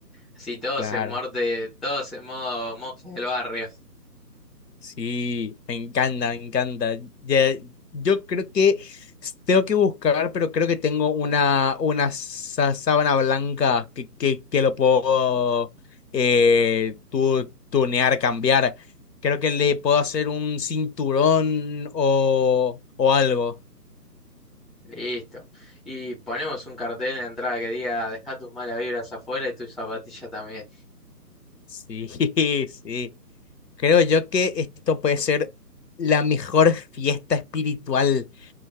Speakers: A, in the centre; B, on the left (about 75°).
A: Sí, todos
B: Claro.
A: en morte, todos en modo monje del barrio.
B: Sí, me encanta, me encanta. Ya, yo creo que s- tengo que buscar, pero creo que tengo una, una sa- sábana blanca que, que, que lo puedo eh, tu- tunear, cambiar. Creo que le puedo hacer un cinturón o, o algo.
A: Listo. Y ponemos un cartel en la entrada que diga, deja tus malas vibras afuera y tus zapatillas también.
B: Sí, <laughs> sí. Creo yo que esto puede ser la mejor fiesta espiritual